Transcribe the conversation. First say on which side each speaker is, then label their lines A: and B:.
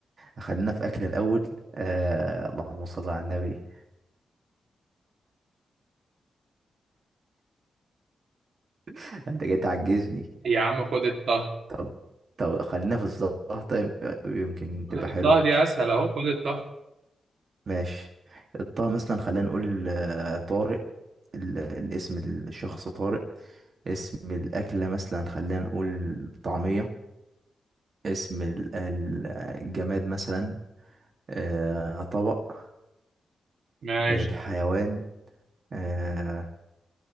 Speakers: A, on the right; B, on the right.
A: خلينا في اكل الاول آه... اللهم صل على النبي <laughs> انت جاي تعجزني
B: يا عم خد الطه
A: طب طب خلينا في الزهر طيب آه، يمكن تبقى
B: الطه
A: حلوه
B: دي اسهل اهو خد الطه
A: ماشي الطه مثلا خلينا نقول آه، طارق ال- الاسم الشخص طارق اسم الأكلة مثلا خلينا نقول طعمية اسم ال- ال- الجماد مثلا آه، طبق
B: ماشي
A: الحيوان آه،